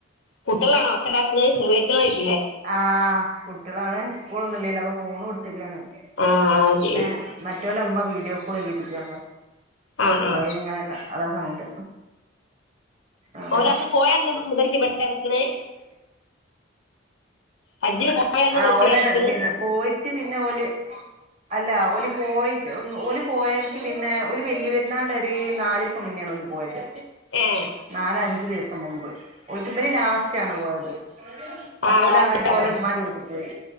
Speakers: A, on the left; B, on the right.
A: കുട്ടികളാണോ ഒച്ചണ്ടാക്കത് ചെറിയറ്റേള്ആയിരിക്കും
B: ആ കുട്ട്യോളാണ് സ്കൂളൊന്നും ഇല്ലല്ലോ അപ്പോ ഫോൺ കൊടു <unintelligible>
A: ആ ആ ശരി
B: പിന്നെ, മറ്റോലെ മ്മ വീഡിയോ കോൾ ചെയ്തിരിക്കാണ്.
A: ആ ആ
B: അയിങ്ങനെ ക അതാ സൗണ്ട്. ആഹ്
A: ഓലന്ന് പോയന്ന് മുതൽച്ച് വീട്തന്നെ നിക്കണ്? ഹജ്ജിന് പോയന്ന്
B: ആ
A: മുതൽ
B: ഓലെ
A: ഇവിടെ നിക്കണ്
B: പിന്നെ, പോയിട്ട് പിന്നെ ഓല് <inaudible> അല്ല. ഓല് പോയിട്ട് ഉം ഓല് പോയയ്ക്ക് പിന്നെ, ഓല് വല്യരുന്നാളിന്റെ ഒര് നാലീസം മുന്നേണ് <inaudible> <unintelligible> ഓല് പോയത്.
A: ഏ
B: നാല അഞ്ചു ദിവസം സംമുമ്പ്. ഓൽക് ഇവല് ലാസ്റ്റാണ് പോയത്.
A: ആ
B: അപ്പോലങ്ങട്ട്
A: ലാസ്റ്റാ
B: ഓലെ
A: പോയത്
B: ഉമ്മാന്റെ വീട്ട് <inaudible> പോയി.